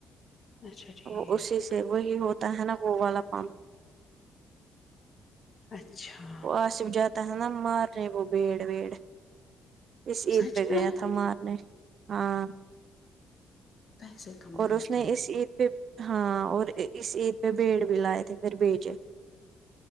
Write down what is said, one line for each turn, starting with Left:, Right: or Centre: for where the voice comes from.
Left: اچھا ٹھیک
Right: وہ اسی سے وہی ہوتا ہے نا وہ والا پمپ
Left: اچھا
Right: وہ آصف جاتا ہے نا مارنے وہ بھیڑ ویڈ اس عید
Left: سچ
Right: پہ گیا
Left: میں
Right: تھا مارنے ہاں
Left: پیسے کمانے
Right: اور اس
Left: کے
Right: نے
Left: لیے
Right: اس عید پہ ہاں اور اس عید پہ بھیڑ بھی لائے تھے پھر بیجے